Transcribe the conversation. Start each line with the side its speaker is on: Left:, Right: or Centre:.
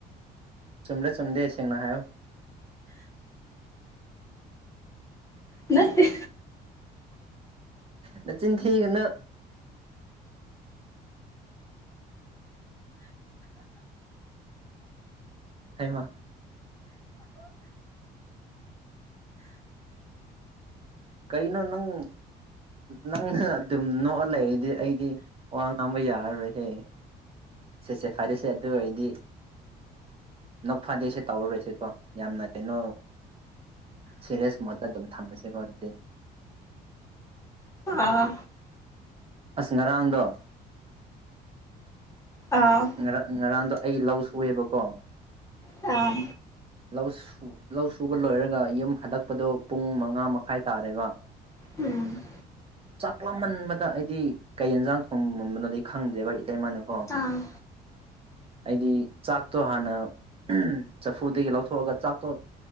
Right: ꯆꯨꯝꯗ ꯆꯨꯝꯗꯦꯁꯦꯡꯅ ꯍꯥꯏꯌꯣ
Left: ꯅꯠꯇꯦ
Right: ꯅ ꯆꯤꯟꯊꯤꯒꯅꯨ ꯍꯩꯃ ꯀꯩꯅꯣ ꯅꯪ ꯅꯪꯅ ꯑꯗꯨꯝ ꯅꯣꯛꯑ ꯂꯩꯔꯗꯤ ꯑꯩꯗꯤ ꯋꯥ ꯉꯥꯡꯕ ꯌꯥꯔꯔꯣꯏꯍꯦ ꯁꯦ ꯁꯦ ꯐꯔꯦꯁꯦ ꯑꯗꯨ ꯑꯣꯏꯗꯤ ꯅ ꯐꯥꯗꯦꯁꯦ ꯇꯧꯔꯨꯔꯁꯦꯀꯣ ꯌꯥꯝꯅ ꯀꯩꯅꯣ ꯁꯤꯔꯤꯁ ꯃꯣꯠꯇ ꯑꯗꯨꯝ ꯊꯝꯃꯁꯦꯀꯣꯗꯤ
Left: ꯑꯥ
Right: ꯑꯁ ꯉꯔꯥꯡꯗꯣ
Left: ꯑꯥ
Right: ꯉꯔꯥꯡ ꯉꯔꯥꯡꯗꯣ ꯑꯩ ꯂꯧ ꯁꯨꯑꯦꯕꯀꯣ
Left: ꯑꯥ
Right: ꯂꯥꯎꯁ ꯂꯧ ꯁꯨꯕ ꯂꯣꯏꯔꯒ ꯌꯨꯝ ꯍꯜꯂꯛꯄꯗꯣ ꯄꯨꯡ ꯃꯉꯥ ꯃꯈꯥꯏ ꯇꯥꯔꯦꯕ
Left: ꯎꯝ
Right: ꯆꯥꯛꯂꯝꯃꯟꯕꯗ ꯑꯩꯗꯤ ꯀꯩ ꯌꯦꯟꯖꯥꯡ ꯊꯣꯡꯃꯝꯕꯅꯣꯗꯤ ꯑꯩ ꯈꯪꯗꯦꯕ ꯏꯇꯩ ꯃꯥꯅ ꯀꯣ
Left: ꯑ
Right: ꯑꯩꯗꯤ ꯆꯥꯛꯇꯣ ꯍꯥꯟꯅ ꯆꯐꯨꯗꯒꯤ ꯂꯧꯊꯣꯛꯑꯒ ꯆꯥꯛꯇꯣ